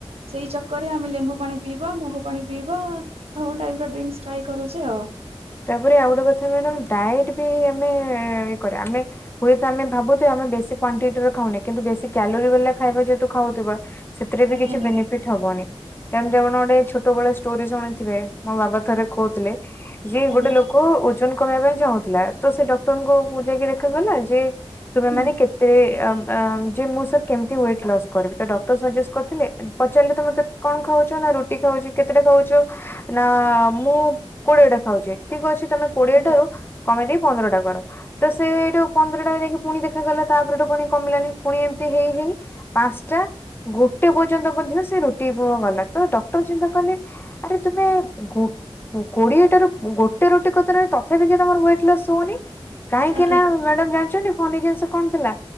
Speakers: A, on the right (about 75°); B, on the left (about 20°).
A: ସେଇ ଚକରେ ଆମେ ଲେମ୍ବୁ ପାଣି ପିଇବା ମହୁ ପାଣି ପିଇବା ସବୁ ଟାଇମ ରେ ଡ୍ରିଙ୍କସ ଟ୍ରାଏ କରୁଛି ଆଉ।
B: ତାପରେ ଆଉ ଗୋଟେ କଥା ମାଡ଼ାମ ଟାଇଟି ବି ଆମେ ଇଏକରିବା ଆମେ। ହୁଏତ ଆମେ ଭାବୁଥିବା ଆମେ ବେଶୀ କ୍ୱାଣ୍ଟିରେ ଖାଉନେ କିନ୍ତୁ ବେଶୀ କ୍ୟାଲୋରିୀ ବାଲା ଖାଇବା ଯେହେତୁ ଖାଉଥିବା। ସେଥିରେ ବି
A: ଆଜ୍ଞା
B: କିଛି
A: ମ୍ୟାଡାମ
B: ବେନିଫିଟ୍। ହବନି ତମେ ଗୋଟେ ଛୋଟବେଳେ ଗୋଟେ ଷ୍ଟୋରି ଶୁଣିଥିବେ ମୋ ବାବା ଥରେ କହୁଥିଲେ। ଯିଏ ଗୋଟେ
A: ଆଜ୍ଞା
B: ଲୋକ ଓଜନ କମେଇବା ପାଇଁ ଚାହୁଥିଲା ତ ସେ ଡକ୍ଟରଙ୍କ ଙ୍କୁ ଯାଇକି ଦେଖାଗଲା ଯେ। ତୁମେ
A: ହୁଁ
B: ମାନେ କେତେ‌ ଆମ୍। ଆମ୍‌ ଯେ ମୁଁ ସାର କେମିତି ୱେଟ ଲସ କରିବି ତ ଡକ୍ଟର ସଜେଷ୍ଟ କରିଥିଲେ। ପଚାରିଲେ ତମେ କେ କଁ ଖାଉଛ ନା ରୁଟି ଖାଉଛ କେତେଟା ଖାଉଛ ନା ମୁଁ। କୋଡିଏଟା ଖାଉଛି ଠିକ ଅଛି ତମେ କୋଡିଏ
A: ଆଜ୍ଞା
B: ଟାରୁ କମେଇ ଦେଇେ ପନ୍ଦରଟା କର। ତ ସେ ଏଇଠୁ ପନ୍ଦରଟା ଯାଇକି ପୁଣି ଦେଖା କଲା ତା ପରେ ଠୁ ପୁଣି କମିଲାନି ପୁଣି ଏମିତି ହେଇ ହେଇ। ପାଞ୍ଚଟା ଗୋଟେ ପର୍ଯ୍ୟନ୍ତ ମଧ୍ୟ ସେ ରୁଟି ଗଲା ତ ଡକ୍ଟର ଚିନ୍ତା କଲେ। ଆରେ ତୁମେ ଗୋ କୋଡିଏ ଟାରୁ ର ଗୋଟେ ରୁଟି କତିରେ ହେଲଣି ତଥାପି କାଇଁ ତମର ୱଟ୍ ଲସ ହଉନି। କାହିଁକି
A: ଆଜ୍ଞା
B: ନା ମ୍ୟାଡାମ ଜାଣିଛନ୍ତି ଫନି ଜିନିଷ କଣ ଥିଲା